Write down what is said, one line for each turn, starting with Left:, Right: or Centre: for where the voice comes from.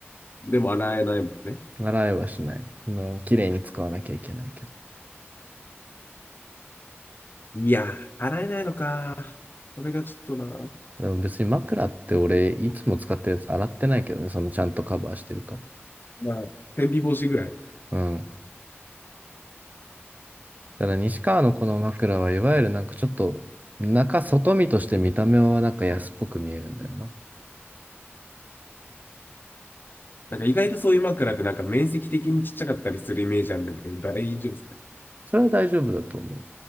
Left: でも洗えないもんね。
Right: 洗えはしない。綺麗に使わなきゃいけないけど。
Left: いやー、洗えないのか。それがちょっとな。
Right: でも別に枕って俺、いつも使ってるやつ洗ってないけどね。そのちゃんとカバーしてるから。
Left: まあ、天日干しぐらい。
Right: うん。ただから西川のこの枕はいわゆるなんかちょっと中外見として見た目はなんか安っぽく見えるんだよな。
Left: なんか意外とそういう枕ってなんか面積的にちっちゃかったりするイメージあるんだけど、大丈夫ですね。
Right: それは大丈夫だと思う。